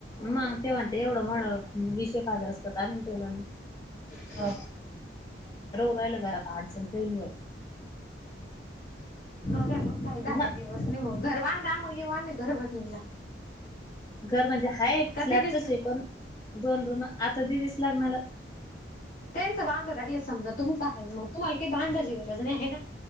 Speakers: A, on the left; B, on the left.
A: मग ते म्हणते एवढं म विसय हजारच करत आ ठेवेल.
B: <inaudible> हो
A: राहिलं घरात अडचण काही नाही होत
B: ते पण काही जाते
A: ना
B: दिवस निघून घर बांधा मग येऊ आम्ही घरबजणीला
A: घर म्हणजे हाय
B: कधीच
A: स्लॅबचच आहे पण दोन रूम आता दिदीस लागणार.
B: त्यांच बांधव राहिले समजा तुमचं आहे मग तुम्हाला काही बांधाची गरज नाही आहे ना.